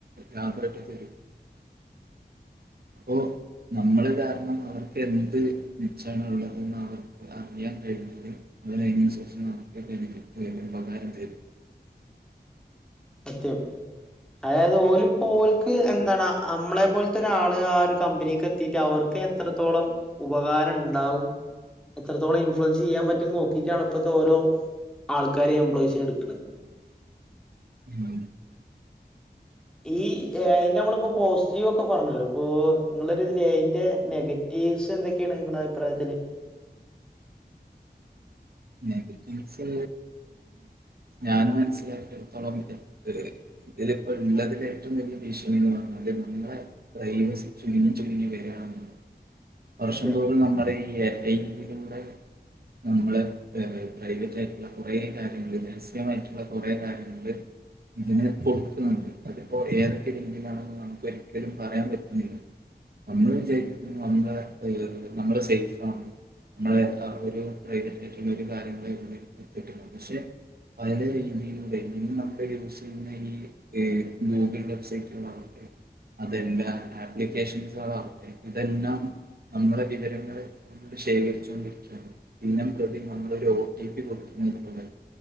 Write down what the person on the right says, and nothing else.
ലാഭായിട്ട് തരും അപ്പോ നമ്മള് കാരണം അവർക്ക് എന്ത് മെച്ചമാണ് ഉള്ളത് അവർ അറിയാൻ കഴിഞ്ഞാലും അതിനന്തിനുസോച്ച് നമുക്കൊക്കെ എനിക്ക് ഉപകാരം തരും
ഉം
നെഗറ്റീവ്സ് ഞാൻ മനസ്സിലാക്കിയടുത്തോളം ഇത് ഏഹ് ഇതില് ഇപ്പോ ഉള്ളതിൽ ഏറ്റവും വലിയ ഭീഷണിന്ന് പറഞ്ഞാല് നമ്മളെ ബ്രയ്ൻ ചുരുങ്ങി ചുരുങ്ങി വരണ് വർഷം
തോറും നമ്മുടെ ഈ ഡാറ്റയിലൂടെ നമ്മള് പ്രൈവറ്റ് ആയിട്ടുള്ള കുറെ കാര്യങ്ങള്ൾ രഹസികമായിട്ടുള്ള കുറേ കാര്യങ്ങള് ഇതിന് കൊടുക്കുന്നുണ്ട് അതിപ്പോ ഏതൊക്കെ രീതിയിലാണെന്ന് നമുക്ക് ഒരിക്കലും പറയാൻ പറ്റുന്നില്ല നമ്മളും വിചാരിക്കും നമ്മുടെ നമ്മള് സേഫാണ് നമ്മളെ ആ ഒരു പ്രൈവറ്റ് കാര്യങ്ങള് ഇവിടെ എത്തിട്ടുണ്ട് പക്ഷെ പല
രീതിയിലൂടെ ഇന്ന് നമ്മുടെ യൂസ് ചെയ്യുന്ന ഈ ഗൂഗിൾ വെബ്സൈറ്റുകളാവട്ടെ അതെല്ലാം ആപ്ലിക്കേഷൻസുകളാവട്ടെ ഇതെല്ലാം നമ്മുടെ വിവരങ്ങള് ശേഖരിച്ചൊണ്ടിരിക്കുകയാണ് ദിനം പ്രതി നമ്മളൊരു ഒ ടി പി കൊടുക്കുന്നത് പോലെ